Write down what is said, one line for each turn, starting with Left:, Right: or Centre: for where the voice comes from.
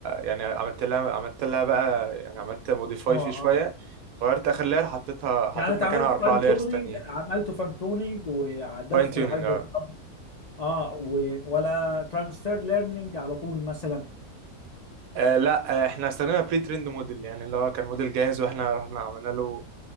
Right: يعني عملت لها عملت لها بقى يعني عملت موديفاي
Left: اه
Right: فيه شويه
Left: اه
Right: غيرت اخر لاير حطيتها حطيت
Left: يعني انت
Right: مكانها
Left: عملت
Right: اربع
Left: فان
Right: لايرز
Left: تونينج
Right: تانيين
Left: عملته فان تونينج وعدلته
Right: فاين تيوننج
Left: في الهايبر
Right: اه
Left: اه و... ولا ترانسفير ليرنينج على طول مثلا
Right: آه، لا آه، احنا استخدمنا بري تريند موديل يعني اللي هو كان موديل جاهز واحنا رحنا عملنا له